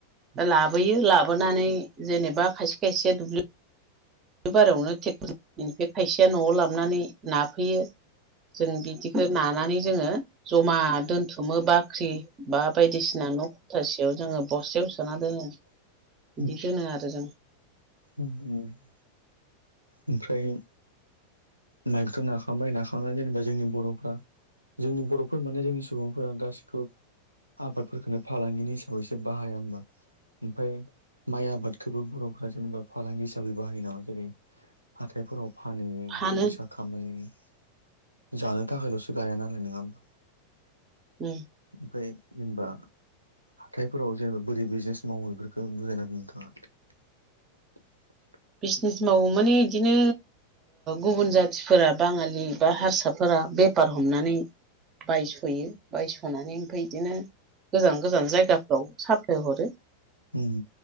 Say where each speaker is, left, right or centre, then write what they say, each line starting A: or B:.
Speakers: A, on the right; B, on the right.
A: ला लाानै जेनेबा खायसे खसे द बे बारायावनो ट्रेक्टरनिफ्राय खायसेया न'आव लाबोनानै नाफैयो जों बिदिखौ नानानै जोङो जमा दोनथुमो बाख्रि बा बायदिसिना न' दुथासेयाव जोङो बस्थायायाव सोना दोनो
B: <unintelligible>
A: बिदि दोनो आरो जों
B: <unintelligible> ओमफ्राय माइखौथ' नाखांबाय नाखांनानै जेनेबा जोंनि बर'फ्रा जोंनि बर'फोर माने जोंनि सुबुंफोरा गासिखौबो आबादफोरखौनो फालांगिनि हिसाबैसो बाहाया हबा ओमफ्राय माइ आबादखौबो बर'फ जेनेबा फालांगि हिसाबै बाहायो नामा जेरै हाथायफोराव फानहैयो
A: फानो
B: फैसा खामायो जानो थाखायल'सो गाया नालाय नङा हबा
A: उ
B: ओमफ्राय जेनेबा हाथायफोराव जेनेबा बोरै बिजनेस मावो बेफोरखौ बुजायना द नोंथाङा <unintelligible>
A: बिजनेस मावो माने बिदिनो गुबुन जाथिफोरा बाङालि बा हारसाफोरा बेफार हमनानै बायस'यो बायस'नानै ओमफ्राय बिदिनो गोजान गोजान जायगाफ्राव साप्लाय हरो
B: उम